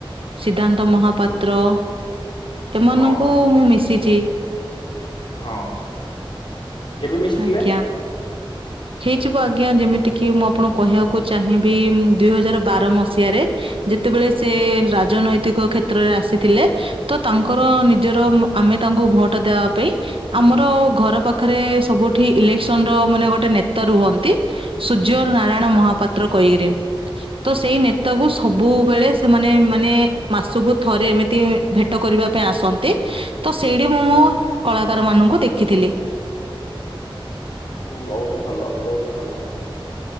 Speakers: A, on the right; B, on the left.
A: ସିଦ୍ଧାନ୍ତ ମହାପାତ୍ର ଏମାନଙ୍କୁ
B: ହଁ
A: ମୁଁ ମିଶିଛି।
B: ହଁ। କେବେ ମିଶିଥିଲେ?
A: ଆଜ୍ଞା। ହେଇଯିବ ଆଜ୍ଞା ଯେମିତିକିି ମୁଁ ଆପଣଙ୍କୁ କହିବାକୁ ଚାହିଁବି ଦୁଇ ହଜାର ବାର ମସିହାରେ ଯେତେବେଳେ ସେ ରାଜନୈତିକ କ୍ଷେତ୍ରରେ ଆସିଥିଲେ। ତ ତାଙ୍କର ନିଜର ଆମେ ତାଙ୍କୁ ଭୋଟ ଦେବା ପାଇଁ ଆମର ଘର ପାଖରେ ସବୁଠି ଇଲେକ୍ସନ ର ମାନେ ଗୋଟେ ନେତା ରୁହନ୍ତି। ସୂର୍ଯ୍ୟ ନାରାୟଣ ମହାପାତ୍ର କ ଇଏରେ। ତ ସେଇ ନେତାକୁ ସବୁବେଳେ ସେମାନେ ମାନେ ମାସକୁ ଥରେ ଏମିତି ଭେଟ କରିବା ପାଇଁ ଆସନ୍ତି। ତ ସେଇଠି ମୁଁ ମୋ କଳାକାର ମାନଙ୍କୁ ଦେଖିଥିଲି। <inaudible>
B: ଉଁ, ବହୁତ ଭଲ। ବହୁତ ଭଲ।